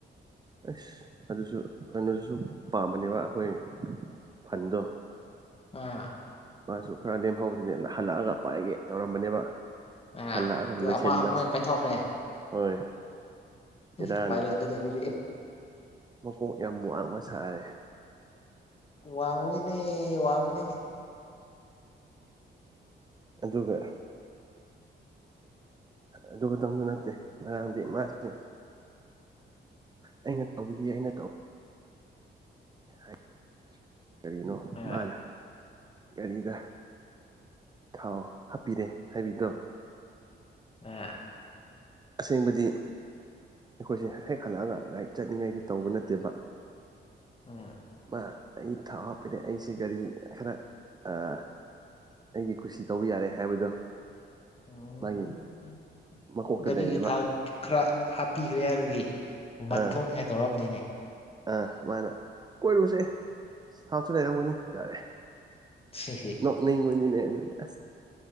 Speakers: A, on the right; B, on the left.
A: ꯑꯁ ꯑꯗꯨꯁꯨ ꯀꯩꯅꯣꯗꯨꯁꯨ ꯄꯥꯝꯕꯅꯦꯕ ꯑꯩꯈꯣꯏ ꯐꯟꯗꯣ
B: ꯑꯥ
A: ꯃꯥꯁꯨ ꯈꯔ ꯂꯦꯝꯍꯧꯕꯗꯨꯅꯦ ꯍꯜꯂꯛꯑꯒ ꯄꯥꯏꯒꯦ ꯇꯧꯔꯝꯕꯅꯦꯕ
B: ꯑꯥ
A: ꯍꯂ
B: ꯑꯗꯨ
A: ꯂꯣꯏꯁꯟ
B: ꯑꯃ
A: ꯂꯝ
B: ꯂꯣꯏ ꯄꯥꯏꯊꯣꯛꯈ꯭ꯔꯦ
A: ꯍꯣꯏ ꯕꯦꯔꯥꯅꯤ
B: ꯎꯄꯥꯌ ꯂꯩꯇꯦꯅꯦ ꯑꯗꯨꯗꯤ꯫
A: ꯃꯀꯣꯛ ꯌꯥꯝ ꯋꯥꯡꯕ ꯁꯥꯏꯔꯦ꯫
B: ꯋꯥꯡꯕꯅꯤꯅꯦ ꯋꯥꯡꯕꯅꯤꯅꯦ
A: ꯑꯗꯨꯒ ꯑꯗꯨꯇꯁꯨ ꯅꯠꯇꯦ ꯉꯔꯥꯡꯗꯤ ꯃꯥꯁꯦ ꯑꯩꯅ ꯇꯧꯕꯈꯤꯁꯤ ꯑꯩꯅ ꯇꯧ ꯑ ꯀꯔꯤꯅꯣ
B: ꯑꯥ
A: ꯃꯥꯅ ꯒꯥꯔꯤꯗ ꯊꯥꯎ ꯍꯥꯞꯄꯤꯔꯦ ꯍꯥꯏꯕꯤꯗꯣ
B: ꯑꯥ
A: ꯑꯁꯦꯡꯕꯗꯤ ꯑꯩꯈꯣꯏꯁꯦ ꯍꯦꯛ ꯍꯜꯂꯛꯑꯒ ꯔꯥꯏꯠ ꯆꯠꯅꯤꯡꯉꯥꯏꯗꯤ ꯇꯧꯕ ꯅꯠꯇꯦꯕ
B: ꯎꯝ
A: ꯃꯥ ꯑꯩ ꯊꯥꯎ ꯍꯥꯞꯄꯤꯔꯦ ꯑꯩꯁꯦ ꯒꯥꯔꯤ ꯈꯔ ꯑꯥ ꯑꯩꯒꯤ ꯈꯨꯁꯤ ꯇꯧꯕ ꯌꯥꯔꯦ ꯍꯥꯏꯕꯗꯣ
B: ꯎ
A: ꯃꯥꯒꯤ
B: ꯎ
A: ꯃꯀꯣꯛꯇ
B: ꯒꯥꯔꯤꯒꯤ
A: ꯂꯩꯌꯦꯕ
B: ꯊꯥꯎ ꯈꯔ ꯍꯥꯞꯄꯤꯈ꯭ꯔꯦ ꯍꯥꯏꯕꯒꯤ ꯃꯟ
A: ꯑꯥ
B: ꯊꯣꯛꯅꯤꯡꯉꯥꯏ ꯇꯧꯔꯕꯅꯤꯅꯦ꯫
A: ꯑꯥ ꯁꯨꯃꯥꯏꯅ ꯀꯣꯏꯔꯨꯁꯦ ꯊꯞꯁꯨ ꯂꯩꯔꯝꯒꯅꯤ ꯇꯥꯔꯦ
B: ꯍ ꯍ
A: ꯂꯩꯉꯅꯤꯅꯦ ꯑꯗꯨꯅꯦ